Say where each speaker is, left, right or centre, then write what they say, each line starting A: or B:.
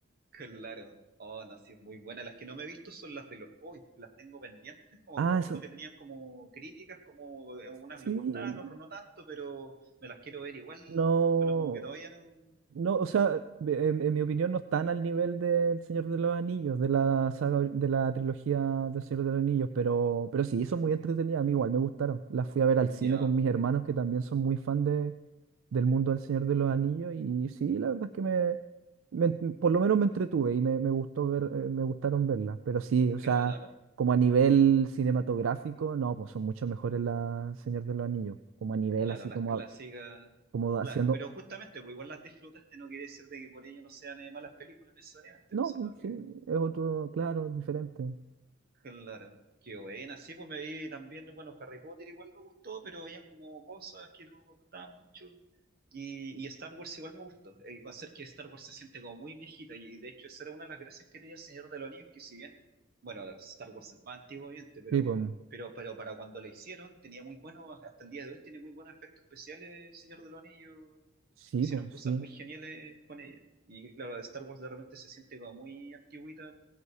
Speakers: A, on the right (about 45°); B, on the right (about 70°).
A: claro, oh, no, sí, es muy buena, las que no me he visto son las de los Hobbits, las tengo pendientes, como
B: Ah,
A: que me acuerdo que tenían como críticas, como eh, a unas
B: Sí,
A: le gustaban, otras no tanto, pero me las quiero ver igual,
B: no,
A: pero como que todavía no,
B: no, o sea, en, en mi opinión no están al nivel del Señor de los Anillos, de la saga, de la trilogía del Señor de los Anillos, pero, pero sí, son muy entretenidas, a mí igual me gustaron. Las fui a ver
A: mm,
B: al cine
A: ya,
B: con mis hermanos que también son muy fan de, del mundo del Señor de los Anillos y sí, la verdad es que me, me ent- por lo menos me entretuve y me, me gustó ver, eh, me gustaron verlas, pero sí, o
A: claro.
B: sea, como a nivel cinematográfico, no, pues son mucho mejores las Señor de los Anillos, como a nivel
A: Claro,
B: así
A: las
B: como
A: clásicas,
B: como haciendo.
A: claro, pero justamente, pues igual las disfrutaste, no quiere decir de que por ello no sean eh, malas películas necesariamente,
B: No,
A: pues, sino
B: pues
A: que
B: sí, es otro, claro, diferente.
A: Claro, qué buena. Sí, pues me vi también, bueno, Harry Potter igual me gustó, pero había como cosas que no me gustaban mucho. Y, y Star Wars igual me gustó. El con ser que Star Wars se siente como muy viejita, y de hecho esa era una de las gracias que tenía el Señor de los Anillos, que si bien, bueno, Star Wars es más antiguo, obviamente, pero,
B: Sí, pues mm,
A: pero, pero para cuando la hicieron, tenía muy buenos, hasta el día de hoy tiene muy buenos efectos especiales el Señor de los Anillos.
B: sí,
A: Hicieron
B: pues
A: cosas
B: sí.
A: muy geniales con ella. Y claro, Star Wars de repente se siente como muy antigüita